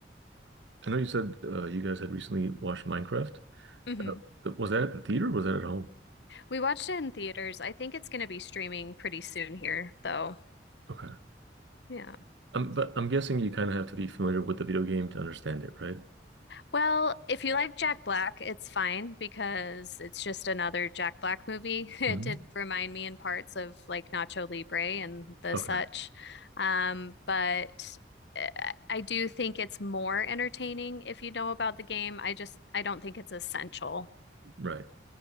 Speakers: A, on the right (about 80°); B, on the left (about 70°).
A: I know, you said uh, you guys had recently watched Minecraft.
B: hmm
A: Uh, was that at the theater? Or was that at home?
B: We watched it in theaters. I think it's going to be streaming pretty soon here, though.
A: Okay.
B: Yeah.
A: Um, but I'm guessing you kind of have to be familiar with the video game to understand it, right?
B: Well, if you like Jack Black, it's fine because it's just another Jack Black movie. <laughs>
A: hmm
B: It did remind me in parts of like Nacho Libre and the
A: Okay,
B: such. Um, but uh, I do think it's more entertaining if you know about the game. I just, I don't think it's essential.
A: right.